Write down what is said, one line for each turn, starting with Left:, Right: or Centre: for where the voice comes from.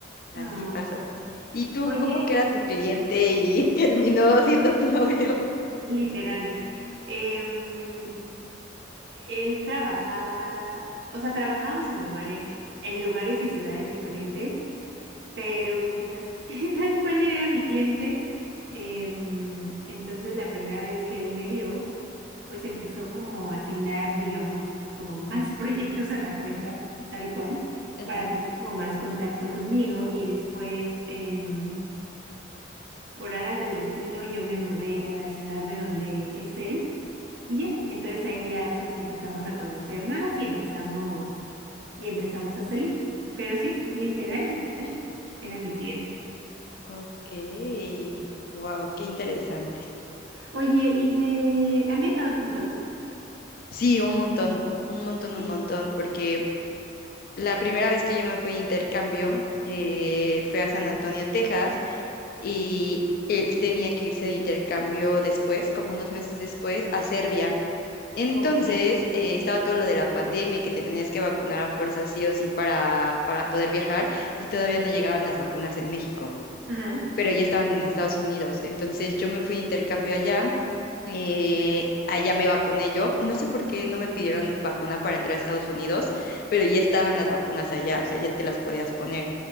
Left: Así
Right: Ay.
Left: pasó. ¿Y tú
Right: Oye,
Left: cómo que era tu cliente y <laughs> terminó siendo tu novio?
Right: literal. em, Él trabajaba, o sea, trabajábamos en lugares, en lugares y ciudades diferentes, pero pues así, <laughs> tal cual era mi cliente. Em, entonces, la primera vez que él me vio, pues empezó como a asignar, digamos, como más proyectos a la cuenta, tal cual,
Left: Ajá,
Right: para tener como más contacto conmigo y después... em, por aras del destino, yo me mudé a la ciudad de donde es él. Y ya, entonces ahí ya pues nos empezamos a conocer más y empezamos y empezamos a salir. Pero sí, literal, literal, era mi cliente.
Left: ok. Wow, qué interesante.
Right: Oye, ¿y de... ¿Han viajado juntos?
Left: Sí, un montón, un montón,
Right: Sí.
Left: un montón, porque la primera vez que yo me fui a intercambio eh, fue a San Antonio, Texas, y él tenía que irse de intercambio después, como unos meses después, a Serbia. Entonces,
Right: Ok.
Left: eh, estaba todo lo de la pandemia y que te tenías que vacunar a fuerza sí o sí para, para poder viajar y todavía no llegaban las vacunas en México,
Right: Ajá,
Left: pero ya estaban en Estados Unidos. Entonces, yo me fui a intercambio allá, eh, allá me vacuné yo. No sé por qué no me pidieron vacuna para entrar a Estados Unidos, pero ya estaban las vacunas allá, o sea, ya te las podías poner.